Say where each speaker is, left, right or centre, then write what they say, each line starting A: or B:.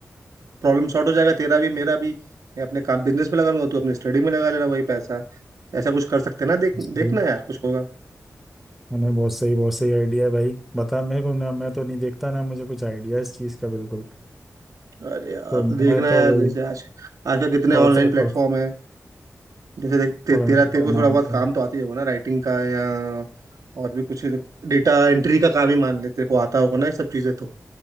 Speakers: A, on the right; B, in the centre.
A: प्रॉब्लम सॉर्ट हो जाएगा तेरा भी मेरा भी मैं अपने काम बिजनेस में लगा लूंगा तू अपने स्टडी में लगा लेना वही पैसा ऐसा कुछ कर सकते हैं ना देख
B: सही
A: देखना यार कुछ होगा
B: मैंने बहुत सही बहुत सही आइडिया है भाई बता मेरे को ना मैं तो नहीं देखता ना मुझे कुछ आइडिया इस चीज़ का बिल्कुल
A: अरे यार
B: तो मैं
A: तो देखना
B: तो
A: यार
B: वही
A: जैसे आज आजकल कितने
B: पढ़ता
A: ऑनलाइन
B: ही
A: प्लेटफॉर्म
B: पढ़ता
A: है जैसे देख ते,
B: पढ़ना
A: तेरा
B: ही
A: तेरे
B: पढ़ना
A: को थोड़ा बहुत
B: आता हूँ
A: काम तो आती ही होगा ना राइटिंग का या और भी कुछ डेटा एंट्री का काम ही मान ले तेरे को आता होगा ना ये सब चीजें तो